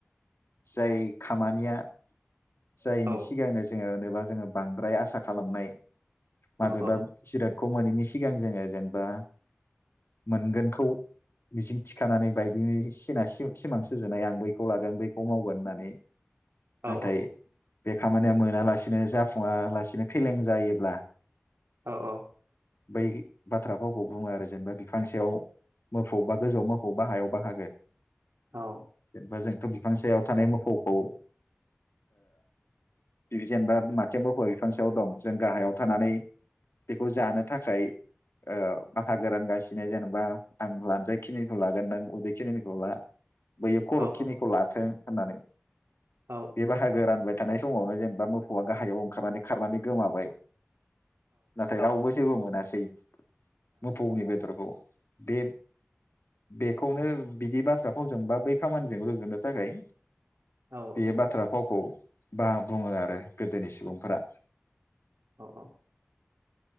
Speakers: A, on the left; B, on the right.
A: जाय खामानिया जायैनि
B: औ
A: सिगांनो जोङो बा जोङो बांद्राय आसा खालामनाय । माबेबाब
B: औ औ
A: जिराद खौ मोनैनि सिगां जोङो जेनेबा, मोनगोनखौ मिजिं थिखानानै बाय बि सिना सिमां सुजुनाय आं बैखौ लागोन बैखौ मावगोन होन्नानै।
B: औ
A: नाथाय बे खामानिया मोनालासिनो जाफुङा लासिनो फेलें जायोब्ला
B: औ औ।
A: बै बाथ्राफावखौ बुङो आरो जेनेबा बिफांसेयाव मोफौ बा गोजौआव मोफौ बा हायाव हागो।
B: औ
A: जेनेबा जों थ' बिफां सायाव थानाय मोफौखौ ओ जेनेबा मासे मोफौ बिफां सायाव दं, जों गाहायाव थानानै बेखौ जानो थाखाय ओ बाहागोरानगासिनो जेनेबा आं लानजाय खिनिखौ लागोन नों उदै खिनिनि खौला। बैयो खर'खिनिखौ
B: औ
A: लाथों होनानै
B: औ
A: बेवहाय हा गोरान बायदि थानाय समावनो जेनेबा मोफौवआ गाहायाव ओंखारनानै खारनानै गोमाबाय। नथाय रावबो। जेबो मोनासै। मोफौनि बेदरखौ बे बेखौनो बिदि बाथ्रा फावजों बा बै खामानिजों रुजुनो थाखाय।
B: औ
A: बे बाथ्रा फावखौ बा बुङो आरो गोदोनि सुबुंफोरा।
B: औ औ।